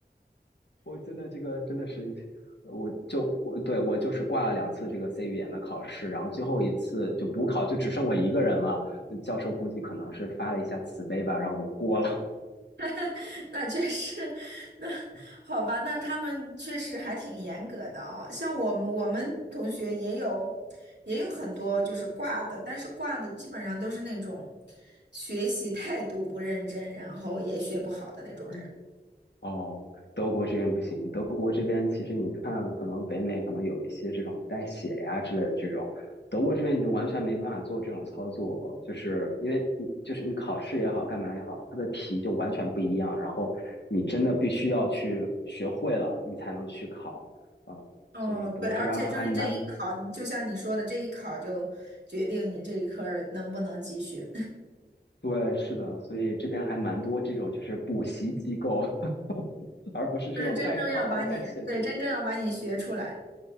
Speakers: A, on the left; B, on the right.
A: 我真的这个真的是，我就我对我就是挂了两次这个 C 语言的考试，然后最后一次就补考，就只剩我一个人了。教授估计可能是发了一下慈悲吧，让我过了。
B: <laughs> 那确实，那
A: <laughs>
B: 好吧，那他们确实还挺严格的哦。像我们我们同学也有也有很多就是挂的，但是挂的基本上都是那种学习态度不认真，然后也学不好的那种人。
A: 嗯哦，德国这边不行。德国这边其实你看，可能北美可能有一些这种带血呀之类的这种，德国这边你就完全没办法做这种操作，就是因为你就是你考试也好，干嘛也好，它的题就完全不一样，然后你真的必须要去学会了，你才能去考啊。
B: 哦，
A: 所以德国这边还蛮，
B: 对，而且就是这一考，你就像你说的，这一考就决定你这一科儿能不能继续，
A: 对，是的，所以这边还蛮多这种就是补习机构，<laughs> 而不是这种代考啊、
B: <laughs> 就是真正要把你，
A: 代写题出。
B: 对，真正要把你学出来。